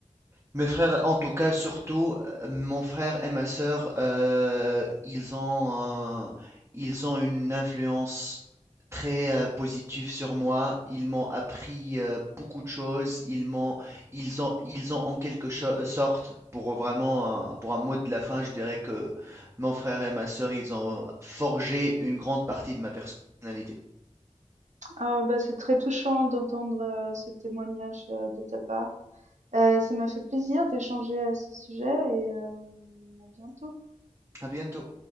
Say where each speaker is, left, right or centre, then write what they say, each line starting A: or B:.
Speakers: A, on the right; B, on the right.
A: mes frères en tout cas surtout euh, mon frère et ma sœur euh, ils ont euh, ils ont une influence très euh, positive sur moi ils m'ont appris euh, beaucoup de choses ils m'ont ils ont ils ont en quelque cho- sorte pour vraiment un- pour un mot de la fin je dirais que mon frère et ma sœur ils ont forgé une grande partie de ma personnalité.
B: Ah, bah, c'est très touchant d'entendre euh, ce témoignage euh, de ta part. Euh, ça m'a fait plaisir d'échanger à ce sujet et euh, à bientôt.
A: À bientôt.